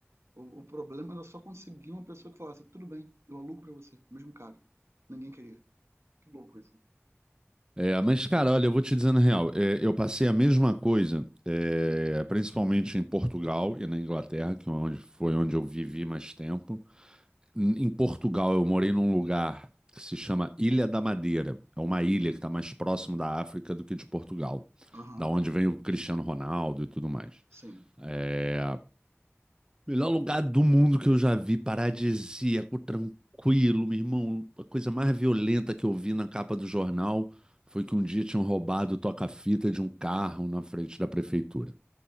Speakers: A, on the right; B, on the right.
A: O, o problema era só conseguir uma pessoa que falasse, tudo bem, eu alugo pra você, mesmo caro. Ninguém queria. Que louco isso, né?
B: É, mas, cara, olha, eu vou te dizendo a real, é, eu passei a mesma coisa, é, principalmente em Portugal e na Inglaterra, que é onde, foi onde eu vivi mais tempo. Em em Portugal, eu morei num lugar que se chama Ilha da Madeira. É uma ilha
A: Uhum.
B: que está mais próximo da África do que de Portugal,
A: Aham.
B: da onde vem o Cristiano Ronaldo e tudo mais.
A: Sim.
B: É, Melhor lugar do mundo que eu já vi, paradisíaco, tranquilo, meu irmão. A coisa mais violenta que eu vi na capa do jornal foi que um dia tinham roubado o toca-fita de um carro na frente da prefeitura.